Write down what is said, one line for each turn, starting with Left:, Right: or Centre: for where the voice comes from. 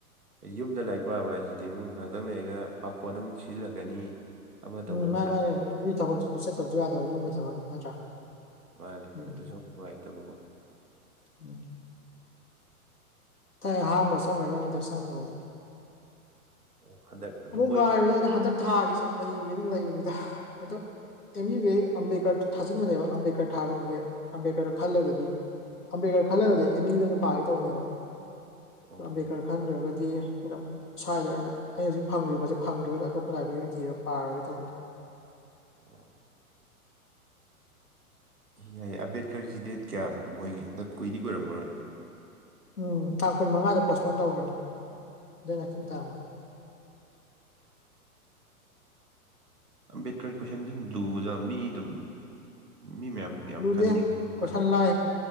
Right: ꯌꯨꯝꯗ ꯂꯥꯏꯔꯤꯛ ꯄꯥꯕ ꯍꯥꯏꯁꯤꯗꯤ ꯑꯃꯨꯛ ꯉꯥꯏꯍꯥꯛꯇꯪ ꯂꯩꯔꯒ ꯄꯥꯈꯣꯜ ꯑꯃꯨꯛ ꯁꯤꯖꯤꯜꯂꯛꯀꯅꯤ ꯑꯃ ꯇꯧꯕꯩ
Left: ꯎꯝ
Right: ꯑꯃꯨꯛ
Left: ꯃꯥꯅꯦ
Right: ꯇꯥꯏ
Left: ꯃꯥꯅꯦ ꯑꯗꯨꯒꯤ ꯊꯕꯛꯁꯨ ꯆꯠꯇꯕꯁꯨ ꯌꯥꯗꯕ ꯌꯨꯝꯒꯤ ꯊꯕꯛꯅꯤ ꯅꯠꯇ꯭ꯔꯥ
Right: ꯃꯥꯅꯦ
Left: ꯎꯝ
Right: ꯑꯗꯨꯁꯨ ꯅꯨꯡꯉꯥꯏꯇꯕꯀꯣ
Left: ꯎꯝ ꯑꯩ ꯍꯥꯡꯕ ꯆꯪꯈꯔꯗꯧꯅꯤꯗ ꯆꯪꯕꯕꯨꯗꯤ
Right: ꯑꯣ ꯍꯟꯗꯛ ꯑꯗꯨ
Left: ꯑꯃꯨꯛ
Right: ꯃꯣꯏꯒꯤ
Left: ꯉꯥꯏꯕꯅꯦ ꯑꯩꯅ ꯍꯟꯗꯛ ꯊꯥꯒꯤꯁꯤ ꯂꯩꯒꯦꯅ ꯂꯩꯕꯅꯤꯗ ꯍꯟꯗꯛ M B B A Ambedkar ꯊꯥꯖꯤꯟꯕꯅꯦꯕ ꯑꯝꯕꯦꯗꯀꯔ ꯊꯥꯔꯨꯒꯦ ꯑꯝꯕꯦꯗꯀꯔ ꯈꯜꯂꯒꯗꯤ ꯑꯝꯕꯦꯗꯀꯔ ꯈꯜꯂꯒꯗꯤ ꯑꯦꯝ ꯌꯨꯗ ꯑꯣꯏꯅ ꯄꯥꯒꯦ ꯇꯧꯕꯅꯦꯕ
Right: ꯑꯣ
Left: ꯑꯝꯕꯦꯗꯀꯔ ꯈꯟꯗ꯭ꯔꯒꯗꯤ ꯑꯗꯨꯝ ꯁ꯭ꯋꯥꯏꯗ ꯑꯣꯏꯅ ꯑꯩꯩꯅ ꯍꯧꯖꯤꯛ ꯐꯪꯗ꯭ꯔꯤꯕ ꯄꯣꯠꯁꯦ ꯐꯪꯗ꯭ꯔꯒꯁꯨ ꯑꯇꯣꯞꯄ ꯂꯥꯏꯕ꯭ꯔꯦꯔꯤ ꯑꯣꯏꯅ ꯊꯤꯔ ꯄꯥꯔꯨꯔꯒꯦ ꯇꯧꯅꯦ
Right: ꯑꯝ ꯌꯥꯏꯌꯦ ꯑꯝꯕꯦꯗꯀꯔꯒꯤ ꯗꯦꯠ ꯀꯌꯥꯗꯅꯣ ꯃꯣꯏꯒꯤ ꯍꯟꯗꯛ ꯀꯨꯏꯗꯤ ꯀꯨꯔꯝꯃꯔꯣꯏ
Left: ꯎꯝ ꯇꯥꯡ ꯀꯨꯟ ꯃꯉꯥꯗ ꯄꯣꯁꯄꯣꯟ ꯇꯧꯒꯔꯕꯅꯦ ꯗꯦꯠ ꯅꯥꯏꯇꯤꯟꯗ ꯇꯥꯔꯝꯃꯣꯢ
Right: ꯑꯝꯕꯦꯗꯀꯔꯒꯤ ꯀꯣꯏꯁꯟꯗꯤ ꯑꯗꯨꯝ ꯂꯨꯕꯖꯠꯂꯣ ꯃꯤ ꯑꯗꯨꯝ ꯃꯤ ꯃꯌꯥꯝ ꯌꯥꯝ
Left: ꯂꯨꯗꯦ
Right: ꯈꯟꯗꯤ ꯈꯟ
Left: ꯀꯣꯏꯁꯟ
Right: ꯃꯥꯂꯦ
Left: ꯂꯥꯏ